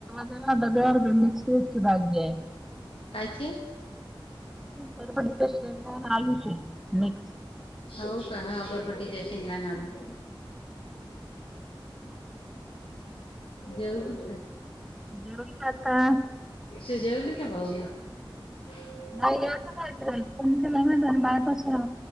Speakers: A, in the centre; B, on the left.
A: ड डब्यार ब मिक्स इची भाे.
B: कायची.
A: बर म्हज आलूचे मिक्स.
B: हो का हा अबरबटीच्या शेंगाणा आलू जवच
A: जरूर आता
B: सि जेवली का बाऊ मग ह.
A: बायपास